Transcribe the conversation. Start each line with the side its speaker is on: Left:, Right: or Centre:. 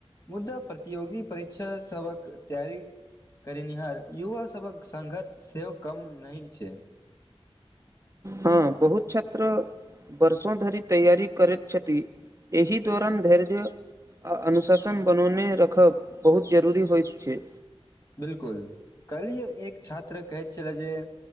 Left: मुद्दा प्रतियोगी परीक्षा सबक तैयारी करेनिहार युवा सबक संघर्ष सेहो कम नै छै।
Right: हाँ बहुत छात्र वर्षो धरि तैयारी करैत छथि, एहि दौरान धैर्य आ अनुशासन बनौने रखब बहुत जरूरी होएत छै।
Left: बिलकुल कल्हि एक छात्र कहैत छलै जे